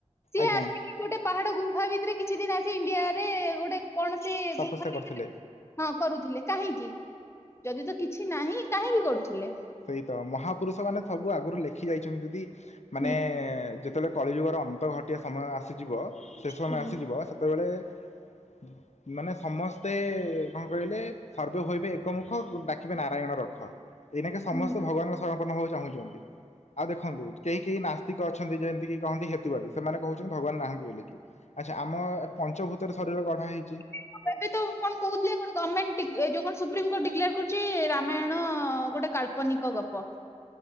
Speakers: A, on the left (about 20°); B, on the left (about 70°).
A: ସିଏ
B: ଆଜ୍ଞା
A: ଆସିକି ଗୋଟେ ପାହାଡ ଗୁମ୍ଫା ଭିତରେ କିଛି ଦିନ ଆସି ଇଣ୍ଡିଆରେ ଗୋଟେ କୌଣସି
B: ତପସ୍ୟା
A: ଗୁମ୍ଫା
B: କରୁଥିଲେ
A: <inaudible> ହଁ କରୁଥିଲେ କାହିଁକି ଯଦି ତ କିଛି ନାହିଁ କାହିଁକି କରୁଥିଲେ?
B: ସେଇତ ମହାପୁରୁଷ ମାନେ ସବୁ ଆଗରୁ ଲେଖି ଯାଇଛନ୍ତି। ଯଦି ମାନେ
A: ହୁଁ
B: ଯେତେବେଳେ କଳିଯୁଗର ଅନ୍ତ ଘଟିିବା ସମୟ ଆସିଯିବ। ସେ ସମୟ
A: ହୁଁ
B: ଆସିଯିବ ସେତେବେଳେ ହୁଁ। ମାନେ ସମସ୍ତେ କଣ କହିଲେ? ସର୍ବେ ହୋଇବେ ଏକମୁଖ ଡାକିବେ ନାରାୟଣ ରଖ। ଏଇନାକେ ସମସ୍ତେ
A: ହୁଁ
B: ଭଗବାନଙ୍କ ସରଣ ପୂର୍ଣ୍ଣ ହବାକୁ ଚାହୁଁଚନ୍ତି। ଆଉ ଦେଖନ୍ତୁ କେହି କେହି ନାସ୍ତିକ ଅଛନ୍ତି ଯେମିତିକି କହନ୍ତି ହେତୁବାଦୀ। ସେମାନେ କହୁଛନ୍ତି ଭଗବାନ ନାହାନ୍ତି ବୋଲିକି। ଆଚ୍ଛା ଆମ ପଞ୍ଚଭୂତରେ ଶରୀର ଗଢା ହେଇଛି।
A: ସିଏ କଣ ଏବେ ତ କଣ କହୁଥିଲେ ଗୋଟେ ଗମେଣ୍ଟ ଡିକ୍ ଏ ଯୋଉ କଣ ସୁପ୍ରିମକୋର୍ଟ ଡିକ୍ଲାର୍ କରୁଛି ରାମାୟଣ ଗୋଟେ କାଳ୍ପ ନିକ ଗପ।